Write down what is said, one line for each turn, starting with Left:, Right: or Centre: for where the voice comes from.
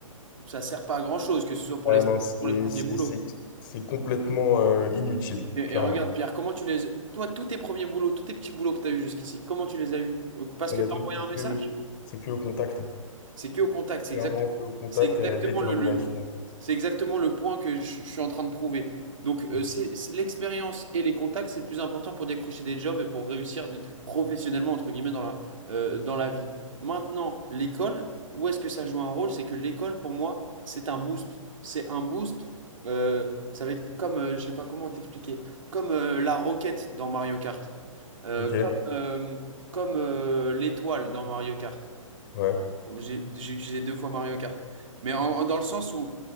Right: ça sert pas à grand-chose, que ce soit pour
Left: Ah
Right: les,
Left: non, c'est
Right: pour les premiers
Left: c'est-
Right: boulots.
Left: c'est- c'est complètement euh, inutile,
Right: Et,
Left: clairement.
Right: et regarde, Pierre, comment tu les... Toi, tous tes premiers boulots, tous tes petits boulots que tu as eus jusqu'ici, comment tu les as eus? Parce
Left: Honnêtement,
Right: que tu as envoyé
Left: c'est
Right: un message?
Left: que, c'est que au contact. hein.
Right: C'est que au contact. C'est
Left: Clairement
Right: exact,
Left: que au contact
Right: c'est exactement
Left: et à la détermination,
Right: le, le-
Left: en fait.
Right: c'est exactement le point que je, je suis en train de prouver. Donc, euh,
Left: Mhm.
Right: c'est, c'est- l'expérience et les contacts, c'est le plus important pour décrocher des jobs et pour réussir de- professionnellement, entre guillemets, dans la, euh, dans la vie. Maintenant, l'école, où est-ce que ça joue un rôle? C'est que l'école, pour moi, c'est un boost. C'est un boost. euh, ça va être comme, euh, je sais pas comment t'expliquer, comme euh, la roquette dans Mario Kart. Euh,
Left: Ok,
Right: comme euh, comme, euh, l'étoile dans Mario Kart.
Left: ouais.
Right: J'ai j'ai utilisé deux fois Mario Kart. Mais en- en- dans le sens où,